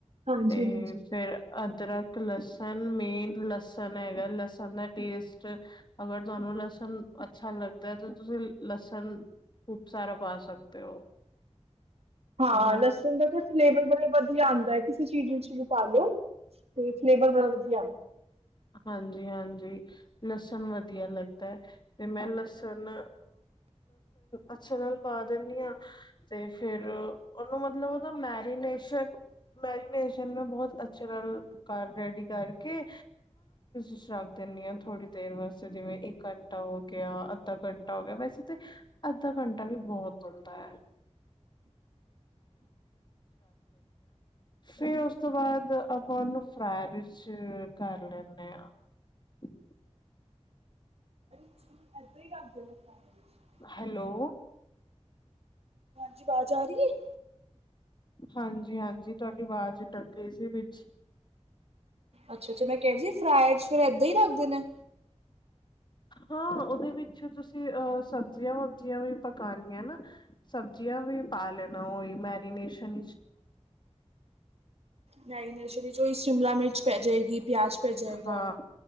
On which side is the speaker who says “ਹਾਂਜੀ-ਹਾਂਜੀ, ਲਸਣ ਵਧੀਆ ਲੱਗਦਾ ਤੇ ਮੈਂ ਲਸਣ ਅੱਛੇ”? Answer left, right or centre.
Left